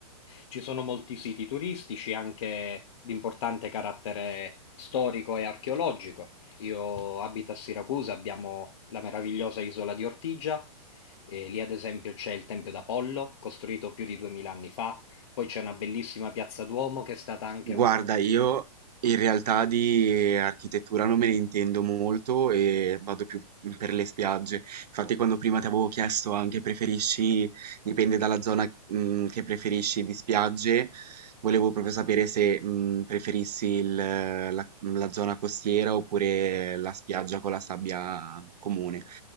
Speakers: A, on the left; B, on the right.
A: ci sono molti siti turistici anche di importante carattere storico e archeologico. Io abito a Siracusa, abbiamo la meravigliosa isola di Ortigia, e lì ad esempio c'è il Tempio d'Apollo, costruito più di 2000 anni fa, poi c'è una bellissima piazza Duomo che è stata anche
B: Guarda,
A: un
B: io in realtà di architettura non me ne intendo molto e vado più per le spiagge. Infatti, quando prima ti avevo chiesto anche preferisci, dipende dalla zona, mh, che preferisci di spiagge, volevo proprio sapere se, mh, preferissi il- la, la zona costiera oppure la spiaggia con la sabbia comune.